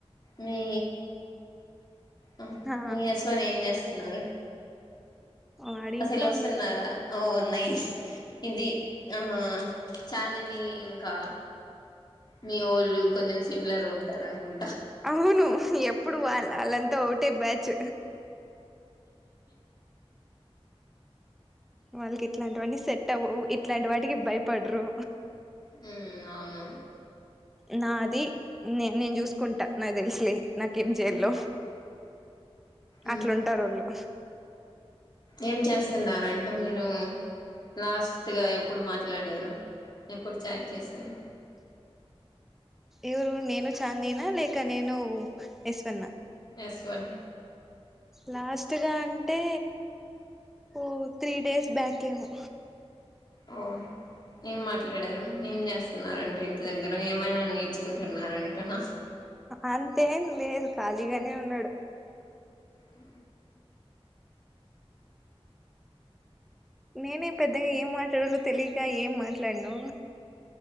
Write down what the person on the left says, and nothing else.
మీ అ
మీ అశ్వన్ ఏం చేస్తున్నారు
అసలు
వస్తున్నారా
అవున్ నైస్ ఇది ఆ చాందిని ఇంకా మీ ఓళ్ళు కొంచెం సిమిలర్ గ ఉంటారనుకుం
మ్ అవును
ఉమ్
ఏం చేస్తున్నానంటే మీరు లాస్ట్గా ఎప్పుడు మాట్లాడారు ఎప్పుడు చాట్ చేశారు
ఎస్్వన్
ఓ ఏం మాట్లాడారు ఏం చేస్తున్నారంట ఇంటి దగ్గర ఏమైనా నేర్చుకుంటున్నారంటన
ఉ